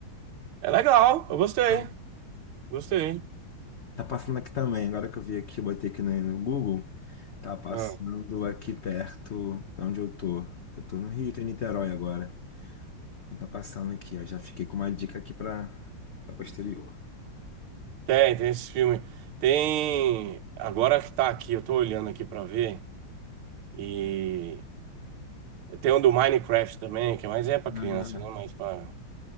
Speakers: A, on the right; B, on the left.
A: É legal, eu gostei,
B: Legal.
A: gostei.
B: Tá passando aqui também, agora que eu vi aqui, botei aqui no, no Google, tá passando
A: Ah,
B: aqui perto de onde eu tô. Eu tô no Rio, tô em Niterói agora. Já Tá passando aqui, ó. Já fiquei com uma dica aqui pra, pra posterior.
A: tem, tem esse filme. Tem. Agora que tá aqui, eu tô olhando aqui pra ver. E tem um do Minecraft também, que é mais é pra criança,
B: Ah,
A: né? Mas pra...